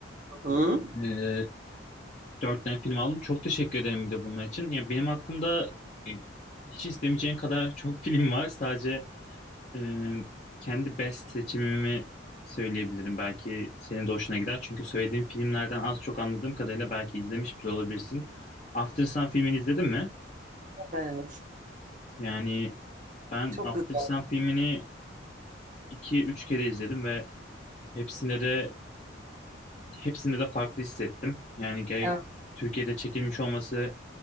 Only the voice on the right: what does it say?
Hı?
Evet.
Çok
güzel.
Evet.